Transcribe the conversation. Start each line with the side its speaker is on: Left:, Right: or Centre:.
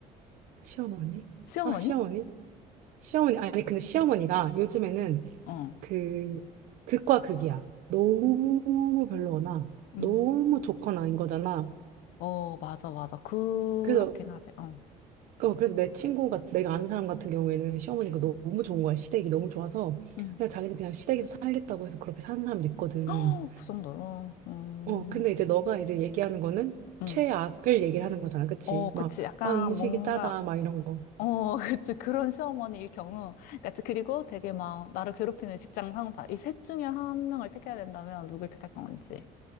Right: 시어머니?
Left: 시어머니?
Right: 아, 시어머니? 시어머니? 아니, 근데 시어머니가 요즘에는
Left: 어,
Right: 그, 극과 극이야. 너무 별로거나, 너무
Left: 음,
Right: 좋거나인 거잖아.
Left: 어, 맞아, 맞아. 그렇긴
Right: 그래서
Left: 하지. 어,
Right: 어, 그래서 내 친구가 내가 아는 사람 같은 경우에는 시어머니가 너무 좋은 거야 시댁이 너무 좋아서
Left: 음,
Right: 그냥 자기는 그냥 시댁에서 살겠다고 해서 그렇게 사는 사람도 있거든
Left: <gasps> 그 정도로, 음,
Right: 어 근데 이제 너가 이제 얘기하는 거는
Left: 음.
Right: 최악을 얘기를 하는 거잖아 그치
Left: 어,
Right: 막
Left: 그치. 약간
Right: 아 음식이
Left: 뭔가
Right: 짜다 막 이런 거아
Left: 어, <laughs> 그치. 그런 시어머니일 경우. 그치. 그리고 되게 막, 나를 괴롭히는 직장 상사. 이 셋 중에 한 명을 택해야 된다면 누굴 택할 건지.